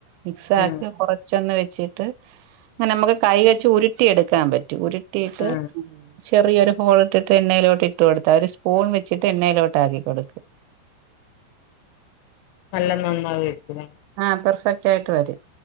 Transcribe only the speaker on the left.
ആ
ആ
നല്ല നന്നാവേക്കുംലെ.